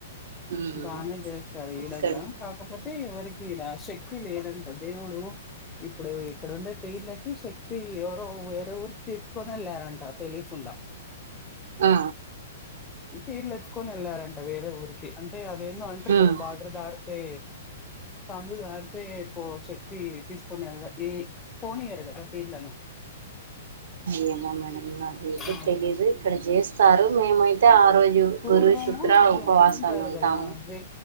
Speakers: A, on the right (about 60°); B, on the left (about 20°).
A: ఉమ్
B: బానే చేస్తారు ఈడ
A: ఇక్కడే
B: గూడా కాకపోతే ఎవరికి ఈడా శక్తి లేదంట దేవుడూ ఇప్పుడు ఇక్కడుండే పీర్లకి శక్తి ఎవరో వేరేవురికి తీసుకోని ఎల్లారంట తెలియకుండా.
A: ఆ
B: పీర్లు ఎత్తుకొని ఎళ్లారంట వేరే ఊరికి అంటే అదేందో అంటరు కదా
A: ఉమ్
B: బార్డర్ దాటితే. సందు దాటితే ప్పో శక్తి తీసుకొన్ ఎళ్ళ దీ పోనీయ్యరు గదా పీర్లను
A: ఏమో మేడం నాకు అయితే
B: ఆ
A: తెలీదు ఇక్కడ చేస్తారు మేమైతే ఆ రోజు
B: పూర్వము
A: గురు శుక్ర
B: అట్లా
A: ఉపవాసాలు
B: అంటుంటారు
A: ఉంటాము
B: కదా వే